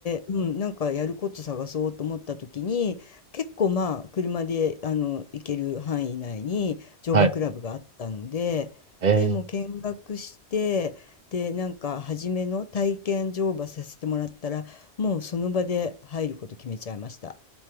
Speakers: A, on the left; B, on the right.
A: うん、なんかやること探そうと思った時に、結構まあ車であの行ける範囲内に乗馬クラブがあったので、
B: はい。え
A: でもう見学して、で、なんか初めの体験乗馬させてもらったら、もうその場で入ること決めちゃいました。